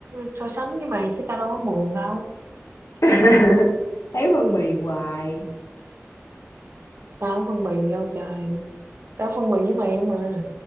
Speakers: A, on the right; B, on the left.
A: so sánh với mày chứ tao đâu có buồn đâu
B: <laughs> Thấy phân bì hoài.
A: tao không phân bì gì đâu trời tao phân bì với mày không mà